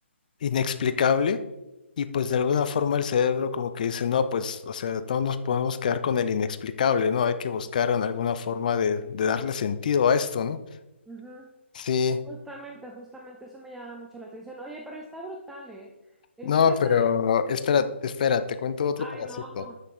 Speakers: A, on the left; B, in the centre.
A: inexplicable y pues de alguna forma el cerebro como que dice, no, pues, o sea, no nos podemos quedar con el inexplicable, ¿no? Hay que buscar en alguna forma de, de darle sentido a esto, ¿no?
B: Ujú.
A: Sí,
B: Justamente, justamente eso me llama mucho la atención. Oye, pero está brutal, ¿eh? En
A: no,
B: mi casa,
A: pero espera, espera, te cuento otro
B: ay,
A: pedacito.
B: no.